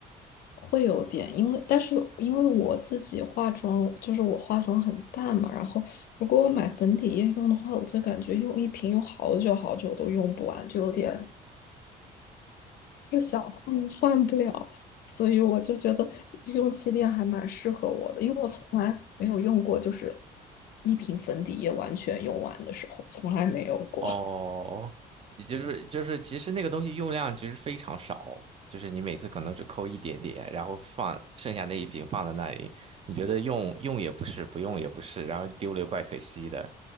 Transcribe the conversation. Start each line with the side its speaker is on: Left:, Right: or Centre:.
Left: 会有点，因为但是因为我自己化妆，就是我化妆很淡嘛，然后如果我买粉底液用的话，我就感觉用一瓶用好久好久都用不完，就有点是想换换不了，所以我就觉得用气垫还蛮适合我的，因为我从来没有用过，就是一瓶粉底液完全用完的时候，从来没有过。
Right: 哦，
Left: <laughs>
Right: 也就是就是，其实那个东西用量其实非常少，就是你每次可能只抠一点点，然后放剩下那一瓶放在那里，你觉得用用也不是，不用也不是，然后丢了又怪可惜的，